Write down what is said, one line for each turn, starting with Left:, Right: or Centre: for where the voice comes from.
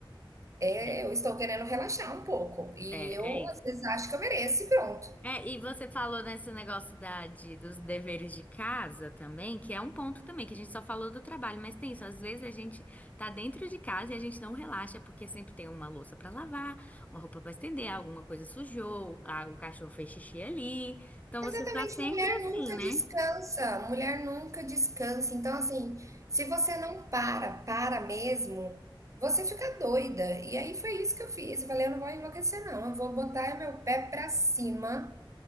Right: É,
Left: <laughs>
Right: eu estou querendo relaxar um pouco. E
Left: É,
Right: eu,
Left: é isso.
Right: às vezes, acho que eu mereço e pronto.
Left: É, e você falou nesse negócio da, de- dos deveres de casa também, que é um ponto também, que a gente só falou do trabalho, mas tem isso, às vezes a gente tá dentro de casa e a gente não relaxa, porque sempre tem uma louça pra lavar, uma roupa pra estender, alguma coisa sujou, ah, o cachorro fez xixi ali. Então você
Right: Exatamente,
Left: tá sempre
Right: mulher
Left: assim,
Right: nunca
Left: né?
Right: descansa, mulher nunca descansa. Então, assim, se você não para, para mesmo, você fica doida. E aí foi isso que eu fiz. Eu falei, eu não vou enlouquecer, não. Eu vou botar meu pé pra cima,